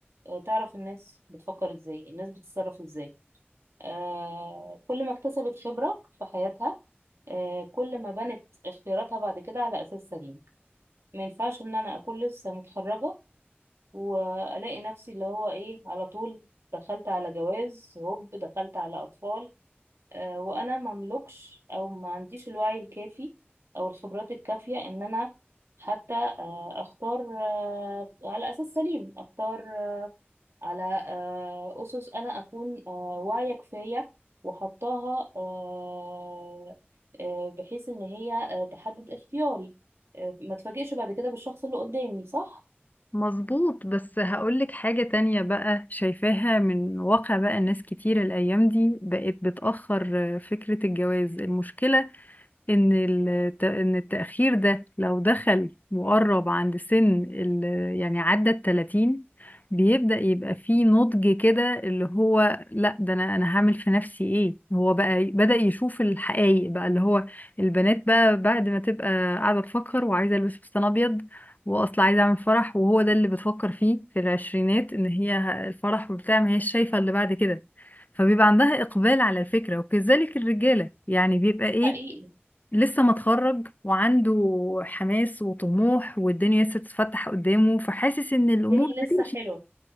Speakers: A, on the right; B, on the left.
A: آه تعرف الناس بتفكر ازاي الناس بتتصرف ازاي آه كل ما اكتسبت خبرة في حياتها آه كل ما بنت اختياراتها بعد كده على أساس سليم ما ينفعش ان انا اكون لسه متخرجة والاقي نفسي اللي هو ايه على طول دخلت على جواز هوب دخلت على اطفال آه، وانا مملكش او ما عنديش الوعي الكافي او الخبرات الكافيه ان انا حتى آه، اختار آه، على اساس سليم اختار آه، على آه، اسس انا اكون آه، واعيه كفايه وحطاها آه، آه، بحيث ان هي آه، تحدد اختياري آه، ما تفاجئش بعد كده بالشخص اللي قدامي صح
B: مظبوط بس هقولك حاجه تانية بقى شايفاها من واقع بقى الناس كتير الايام دي بقت بتأخر فكره الجواز المشكله ان الت- ان التأخير ده لو دخل وقرب عند سن ال- يعني عدى التلاتين بيبدأ يبقى فيه نضج كده اللي هو لا ده انا انا هعمل في نفسي ايه هو بقى ي- بدأ يشوف الحقائق بقى اللي هو البنات بقى بعد ما تبقى قاعدة تفكر وعايزة البس فستان ابيض واصلا عايزة اعمل فرح وهو ده اللي بتفكر فيه في العشرينات ان هي ه- الفرح وبتاع ما هيش شايفة اللي بعد كده فبيبقى عندها إقبال على الفكرة وكذلك الرجالة يعني بيبقى إيه
A: حقيقي
B: لسه متخرج وعنده حماس وطموح والدنيا لسه تتفتح قدامه فحاسس ان الامور
A: الدنيا
B: هتمشي
A: لسه حلوه